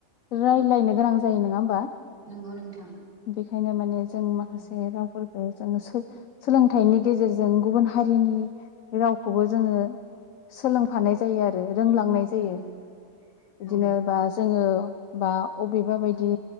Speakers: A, on the left (about 75°); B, on the left (about 40°).
A: रायलायनो गोनां जायो नङा होमबा।
B: नंगौ नोंथां।
A: खायनो माने स जों माखासे
B: औ
A: रावफोर जोङो सो-सोलोंथाइनि गेजेरजों गुबुन हारिनि रावखौबो जोङो सोलोंफानाय जायो आरो रोंलांनाय जायो
B: नंगौ
A: बिदिनोबा
B: औ
A: जोङो बा अबेबा बायदि